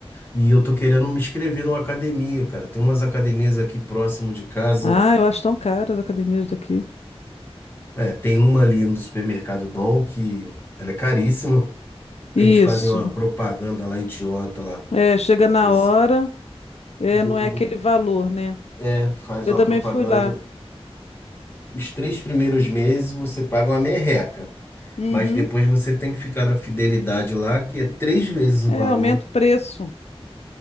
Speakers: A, on the left; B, on the left.
A: E eu tô querendo me inscrever numa academia, cara. Tem umas academias aqui próximo de casa.
B: Ah, eu acho tão caras as academias daqui.
A: É, tem uma ali no supermercado Dom que ela é caríssima.
B: Isso.
A: Eles fazem uma propaganda lá, idiota lá.
B: É, chega na
A: Os-
B: hora, é,
A: vo-
B: não é
A: vo-
B: aquele valor, né?
A: É, faz
B: Eu
A: uma
B: também
A: propaganda.
B: fui lá.
A: Os três primeiros meses você paga uma merreca,
B: Uhum.
A: mas depois você tem que ficar na fidelidade lá, que é três vezes o
B: É,
A: valor.
B: aumenta o preço,